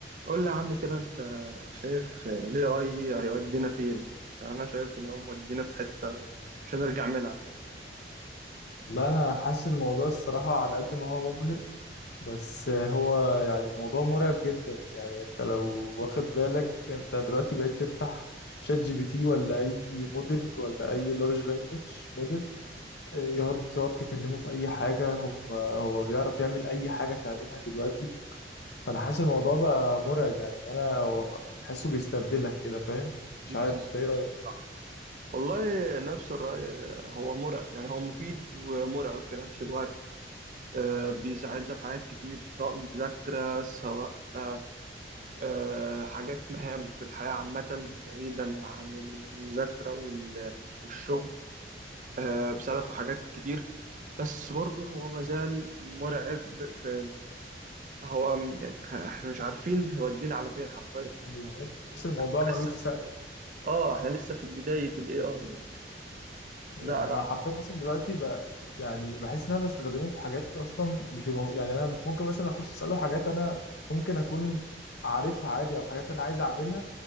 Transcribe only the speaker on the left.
والله انا حاسس الموضوع الصراحه على قد ما هو مبهر بس هو يعني الموضوع مرعب جدا يعني انت لو واخد بالك انت دلوقتي بقيت تفتح شات جي بي تي ولا اي موديل ولا اي لارج لانجوج موديل يقعد تقعد تكلمه في اي حاجه هم هو بيعرف يعمل اي حاجه تعملها دلوقتي فانا حاسس الموضوع بقى مرعب يعني إن انا هو خ- تحسه بيستبدلك كده فاهم مش
عارف انت ايه رايك
بالظبط
تحس الموضوع
ملوش
سقف
يعني
انا حرفيا اصلا دلوقتي ب... يعني بحس ان انا بستخدمه في حاجات اصلا مش المو... يعني انا ممكن مثلا اخش اساله حاجات انا ممكن اكون عارفها عادي او حاجات انا عايز اعملها